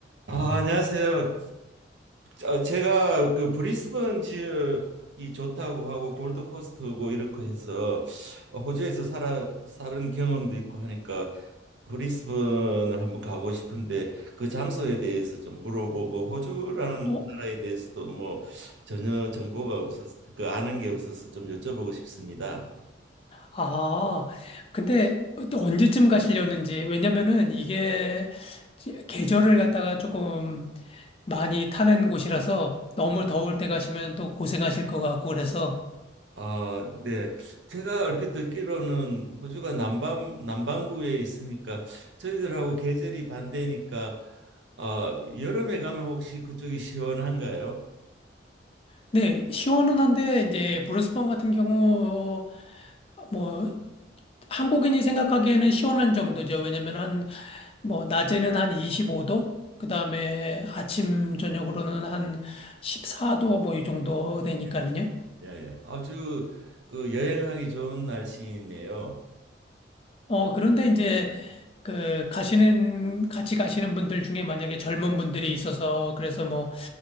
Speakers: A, on the right; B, on the left.
A: 아, 안녕하세요. 어, 제가 그 브리스번 지역이 좋다고 하고 골드코스트고 이렇게 해서 호주에서 살아 사는 경험도 있고 하니까 브리스번을 한번 가고 싶은데 그 장소에 대해서 좀 물어보고 호주라는
B: 어,
A: 나라에 대해서도 뭐 전혀 정보가 없어서 그 아는 게 없어서 좀 여쭤보고 싶습니다.
B: 아, 근데 또 언제쯤 가시려는지, 왜냐면은 이게 지- 계절을 갖다가 조금 많이 타는 곳이라서 너무 더울 때 가시면 또 고생하실 것 같고 그래서.
A: 아, 네. 제가 얼핏 듣기로는 호주가 남반 남반구에 있으니까 저희들하고 계절이 반대니까 어, 여름에 가면 혹시 그쪽이 시원한가요?
B: 네, 시원은 한데 이제 브루스번 같은 경우 뭐 한국인이 생각하기에는 시원한 정도죠. 왜냐면 한 뭐 낮에는 한 25도, 그다음에 아침 저녁으로는 한 14도 뭐 이 정도 되니까는요.
A: 예. 예, 예. 아주 그 여행하기 좋은 날씨네요.
B: 어, 그런데 이제 그 가시는 같이 가시는 분들 중에 만약에 젊은 분들이 있어서 그래서 뭐